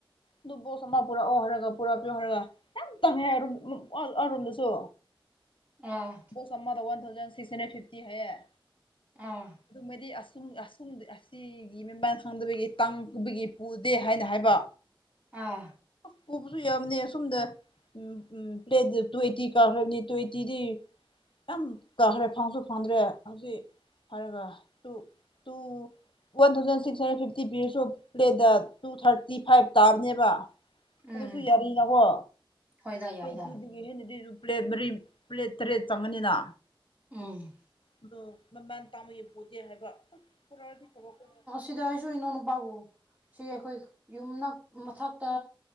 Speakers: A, on the left; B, on the right.
A: ꯑꯗꯨ ꯕꯣꯛꯁ ꯑꯃꯥ ꯄꯨꯔꯛꯑꯣ ꯄꯨꯔꯛꯄꯤꯑꯣ ꯍꯥꯏꯔꯒꯥ ꯄꯨꯔꯛꯄꯤꯌ‌ꯣ ꯍꯥꯏꯔꯒ ꯌꯥꯝ ꯇꯪꯉꯦ <unintelligible> ꯑꯔꯣꯝꯗꯁꯨ
B: ꯑꯥ
A: ꯕ‌ꯣꯛꯁ ꯑꯃꯗ one thousand six hundred fifty ꯍꯥꯏꯌ‌ꯦ
B: ꯑꯥ
A: ꯑꯗꯨ ꯃ‌ꯣꯏꯗꯤ ꯑꯁꯨꯝ ꯑꯁꯨꯝ ꯑꯁꯤ ꯁꯤꯒꯤ ꯃꯦꯝꯕꯥꯥꯟ ꯈꯪꯗꯕꯒꯤ ꯇꯥꯡꯕꯒꯤ ꯄꯨꯗꯦ ꯍꯥꯏꯅ ꯍꯥꯏꯕ
B: ꯑꯥ
A: ꯄꯨꯕꯁꯨ ꯌꯥꯝꯅꯦ ꯑꯁꯣꯝꯗ ꯎ ꯎꯝ ꯇꯨꯋꯦꯟꯇꯤ ꯀꯥꯈ꯭ꯔꯗꯤ ꯇꯨ ꯑꯩꯠꯇꯤꯗꯤ ꯌꯥꯝ ꯀꯥꯈ꯭ꯔꯦ <unintelligible> ꯐꯥꯡꯗ꯭ꯔꯦ ꯍꯧꯖꯤꯛ ꯍꯥꯏꯔꯒ two two one thousand six hundred fifty ꯄꯤꯔꯁꯨ ꯄ꯭ꯂꯦꯠꯗ ꯇꯨ ꯊꯥꯔꯇꯤ ꯐꯥꯏꯚ ꯇꯥꯕꯅꯦꯕ
B: ꯎꯝ
A: ꯑꯗꯨꯁꯨ ꯌꯥꯔꯤꯅꯀꯣ
B: ꯍꯣꯏꯗ
A: ꯇꯨꯑꯩꯠꯇꯤꯗꯩ
B: ꯌꯥꯏꯗ
A: ꯗꯒꯤ ꯍꯦꯟꯅꯗꯤ <unintelligible> ꯄ꯭ꯂꯦꯠ ꯃꯔꯤ ꯄ꯭ꯂꯦꯠ ꯇꯔꯦꯠ ꯆꯪꯉꯅꯤꯅ
B: ꯎꯝ
A: ꯑꯗ‌ꯣ ꯃꯃꯥꯟ ꯇꯥꯡꯕꯒꯤ ꯄꯨꯗꯦ ꯍꯥꯏꯕ ꯄꯨꯔꯗꯤ ꯐꯕꯀ‌ꯣ
B: ꯁꯤꯗ ꯑꯩꯁꯨ ꯏꯅꯥꯎꯅꯨꯄꯥꯕꯨ ꯁꯤ ꯑꯩꯈꯣꯏ ꯌꯨꯝ ꯅꯛ ꯃꯊꯛꯇ